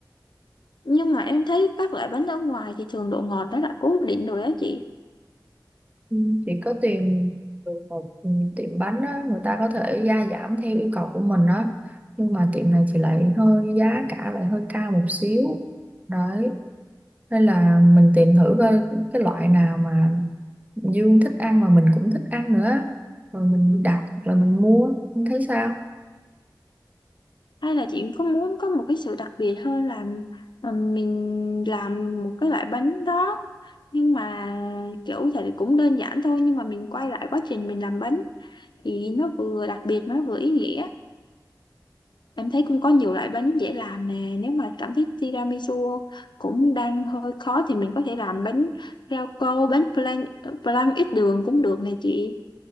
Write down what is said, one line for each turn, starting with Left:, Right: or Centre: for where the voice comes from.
Left: nhưng mà em thấy các loại bánh ở ngoài thì thường độ ngọt nó đã cố định rồi á chị
Right: Ừ, chị có tìm được một ừ, tiệm bánh á, người ta có thể gia giảm theo yêu cầu của mình á nhưng mà tiệm này thì lại hơi giá cả lại hơi cao một xíu đấy nên là mình tìm thử coi cái loại nào mà Dương thích ăn mà mình cũng thích ăn nữa rồi mình đặt hoặc là mình mua em thấy sao
Left: hay là chị có muốn có một cái sự đặc biệt hơn là ờ, mình làm một cái loại bánh đó nhưng mà kiểu thì cũng đơn giản thôi nhưng mà mình quay lại quá trình mình làm bánh thì nó vừa đặc biệt mà nó vừa ý nghĩa em thấy cũng có nhiều loại bánh dễ làm nè nếu mà cảm thấy tiramisu cũng đang hơi khó thì mình có thể làm bánh rau câu bánh flan flan ít đường cũng được nè chị